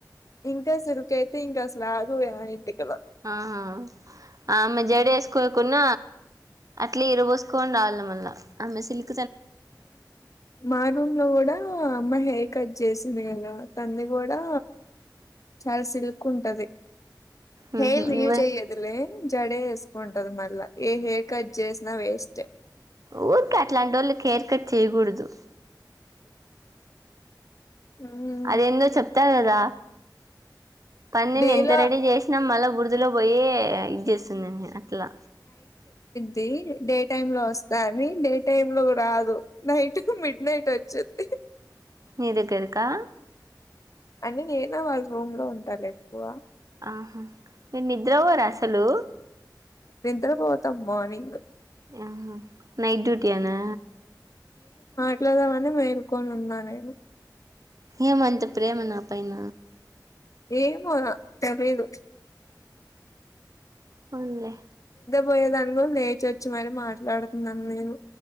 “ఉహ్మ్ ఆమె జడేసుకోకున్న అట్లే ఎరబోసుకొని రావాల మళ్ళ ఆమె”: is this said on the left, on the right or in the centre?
Right